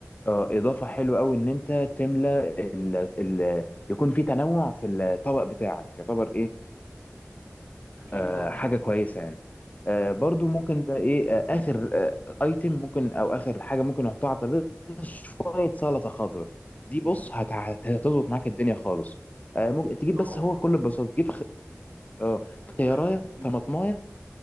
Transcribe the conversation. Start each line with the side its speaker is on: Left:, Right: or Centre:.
Left: آه، اضافه حلوه قوي ان انت تملى ال... ال... يكون في تنوع في الطبق بتاعك يعتبر ايه
Right: أكيد
Left: آه
Right: طبعا
Left: حاجه كويسه يعني آه
Right: آه،
Left: برضو ممكن بقى ايه آه اخر ايتم ممكن او اخر حاجه ممكن نحطها على الترابيزه شويه سلطه خضراء دي
Right: مم.
Left: بص هت... هت- هتظبط معاك الدنيا خالص آه ممكن تجيب
Right: طبعا
Left: بس هو
Right: سلطة
Left: كل ببساطه تجيب خ... آه خيارية
Right: ليها فوائد كتير
Left: طماطماية
Right: يعني